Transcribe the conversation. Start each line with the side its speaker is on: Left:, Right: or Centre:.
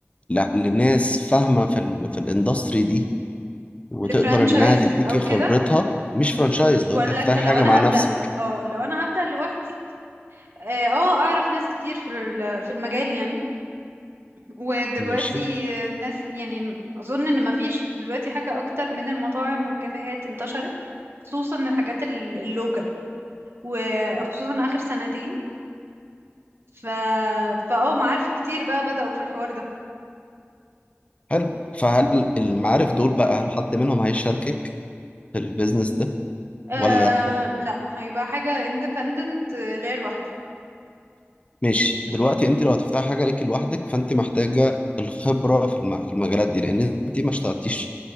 Left: ل- لناس فاهمه في ال في الاندستري دي وتقدر
Right: لفرانشايز
Left: انها تديكي
Right: أو
Left: خبرتها
Right: كده
Left: مش فرانشايز
Right: ولا
Left: لو انت هتفتحي
Right: ك- لو
Left: حاجه
Right: أنا
Left: مع نفسك
Right: هبدأ ل... اه لو أنا هبدأ لوحدي اه آه، اعرف ناس كتير في ال- في المجال يعني ودلوقتي
Left: ماشي
Right: الناس يعني اظن ان مفيش دلوقتي حاجة اكتر من المطاعم والكافيهات انتشرت خصوصا الحاجات ال- اللوكال وخصوصا اخر سنتين ف فاه معارفي كتير بقى بدأوا في الحوار ده
Left: حلو فهل المعارف دول بقى هل حد منهم هيشاركك في البيزنس ده
Right: آه
Left: ولا لا
Right: لا هيبقى حاجة independent آه، ليا لوحدي
Left: ماشي دلوقتي انت لو هتفتحي حاجه ليكي لوحدك فانت محتاجه الخبره في الم- في المجالات دي لان انت ما اشتغلتيش